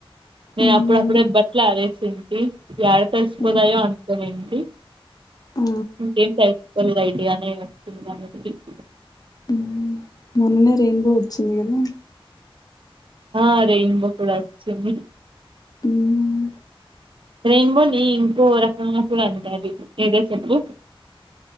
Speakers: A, on the right (about 60°); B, on the left (about 40°).
A: నేను
B: హ్మ్
A: అప్పుడప్పుడే బట్లు ఆరెసింటి యాడ తడిసిపోతాయో
B: హ్మ్ హ్మ్.
A: అనుకొనింటి
B: ఆ
A: ఇంకేంటి యాక్చువల్ ఐడియానే <unintelligible>
B: ఉమ్మ్ మొన్నే రెయిన్ బో వచ్చింది కదా
A: ఆ రెయిన్ బో కూడా అచ్చింది
B: ఉమ్
A: రెయిన్బోని ఇంకో రకంగా కూడా అంటారు ఏదో చెప్పు